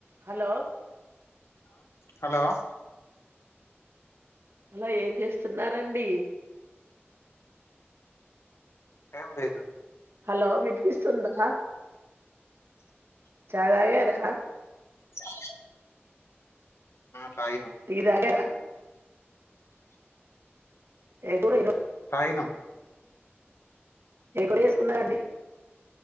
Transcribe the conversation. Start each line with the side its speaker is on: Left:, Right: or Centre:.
Right: Hello
Left: hello
Right: hello ఏం చేస్తున్నరండి?
Left: ఏం లేదు
Right: హలో విన్పిస్తుందా? చాయ్ తాగారా
Left: సరే సరే ఆ తాగినం
Right: టి దాగరా? ఏం కూర ఇరో
Left: తాగినా
Right: ఏం కూర ఏసుకున్నారండీ